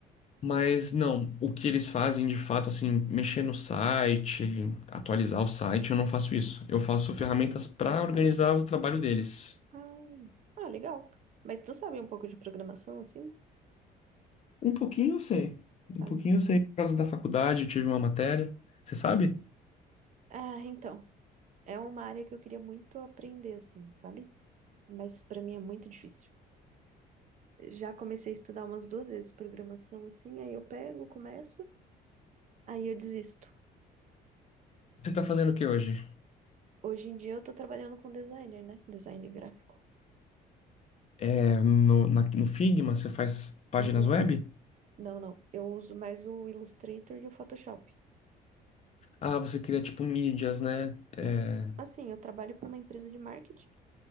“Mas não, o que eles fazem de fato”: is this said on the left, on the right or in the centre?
Left